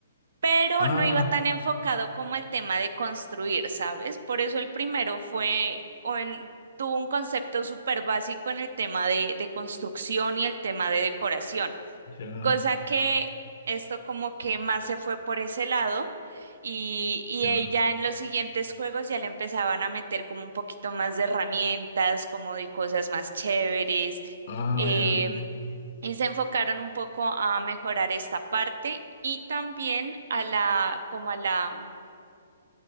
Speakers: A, on the right; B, on the left.
A: Pero
B: Ah,
A: no iba tan enfocado como el tema de construir, ¿sabes? Por eso el primero fue, o en- tuvo un concepto súper básico en el tema de, de construcción y el tema de decoración.
B: ya,
A: Cosa que esto como que más se fue por ese lado y, y
B: ya.
A: ella en los siguientes juegos ya le empezaban a meter como un poquito más de herramientas, como de cosas más chéveres.
B: Ah,
A: em,
B: ya.
A: y se enfocaron un poco a mejorar esta parte y también a la, como a la